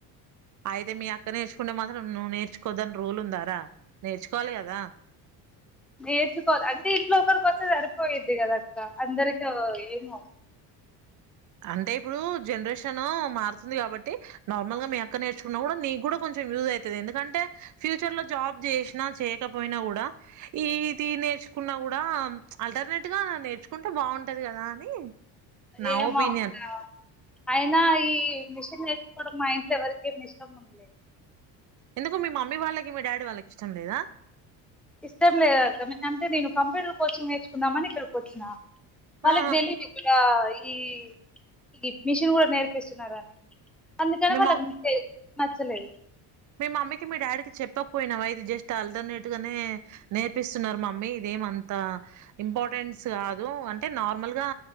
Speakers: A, on the right; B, in the centre.
A: అయితే మీ అక్క నేర్చుకుంటే మాత్రం నువ్వు నేర్చుకోవద్దని రూల్ ఉందారా నేర్చుకోవాలి కదా
B: నేర్చుకోవాలి అంటే ఇంట్లో ఒకరికి వస్తే సరిపోయిద్ది కదక్క అందరికి ఏమో
A: అంటే ఇప్పుడు జనరేషన్ మారుతుంది కాబట్టి నార్మల్ గా మీ అక్క నేర్చుకున్నా కూడా నీకు కూడా కొంచెం యూజ్ అయితది ఎందుకంటే ఫ్యూచర్ లో జాబ్ చేసిన చేయకపోయినా కూడా ఇది నేర్చు కున్నా కూడా ఆల్టర్నేట్ గా నేర్చుకుంటే బాగుంటది కదా అని నా
B: ఎమో
A: ఒపీనియన్.
B: అక్క అయినా ఈ మిషన్ నేర్చుకోవడం మా ఇంట్లో ఎవరికేమి ఇష్టం ఉండలేదు
A: ఎందుకు మీ మమ్మీ వాళ్ళకి మీ డాడీ వాళ్ళకి ఇష్టం లేదా
B: ఇష్టం లేదు అక్క అంటే నేను కంప్యూటర్ కోచింగ్ నేర్చుకుందామని ఇక్కడికికొచ్చిన వాళ్ళకి
A: ఆ!
B: తెలియదు ఇక్కడ ఈ ఈ మిషన్ కూడా నేర్పిస్తున్నారని అందుకనే
A: మీ
B: వాళ్ళకు
A: మా
B: <unintelligible> నచ్చలేదు
A: మీ మమ్మీకి మీ డాడీకి చెప్పకపోయినవా ఇది జస్ట్ ఆల్టర్నేట్ గానే నేర్పిస్తున్నారు మమ్మీ ఇది ఏమి అంత ఇంపార్టెన్స్ కాదు అంటే నార్మల్ గా